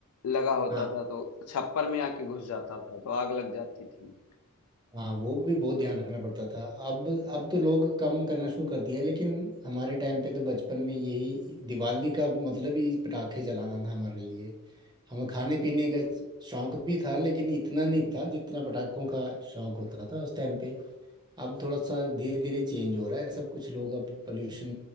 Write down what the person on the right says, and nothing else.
हाँ
हाँ वो भी बहुत ध्यान रखना पड़ता था अब अब तो लोग कम करना शुरू कर दिया लेकिन हमारे टाइम पे तो बचपन में यही दिवाली का मतलब ही पटाखे चलाना था हमारे लिए हमें खाने पीने का शौक भी था लेकिन इतना नहीं था जितना पटाखों का शौक होता था उस टाइम पे अब थोड़ा सा धीरे धीरे चेंज हो रहा है सब कुछ लोग अब पोल्यूशन